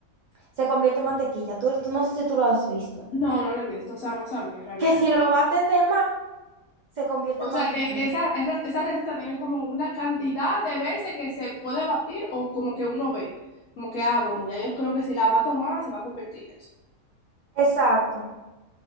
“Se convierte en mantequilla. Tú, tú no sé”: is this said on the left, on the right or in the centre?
Right